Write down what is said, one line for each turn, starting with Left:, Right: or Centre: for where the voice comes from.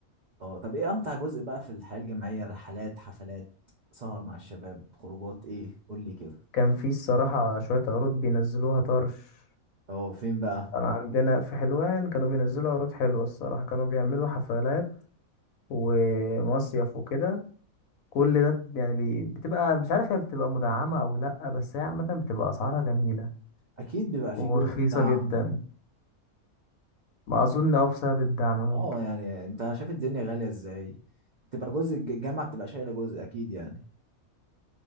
Right: اه طب ايه امتع جزء بقى في الحياة الجامعية رحلات حفلات سهر مع الشباب خروجات ايه قول لي كده
Left: كان في الصراحه شويه عروض بينزلوها طرش
Right: اه فين بقى
Left: كان عندنا في حلوان كانوا بينزلوا عروض حلوه الصراحه كانوا بيعملوا حفلات ومصيف وكده كل ده ب- يعني بي- بتبقى مش عارف هي بتبقى مدعمة أو لأ بس هي عامة بتبقى أسعارها جميلة
Right: اكيد بيبقى في
Left: ورخيصة
Right: جزء بتاع
Left: جدا ما أظن أه بسبب الدعم ممكن
Right: اه يعني انت شايف الدنيا غالية ازاي بتبقى جزء الج- الجامعة بتبقى شايلة جزء اكيد يعني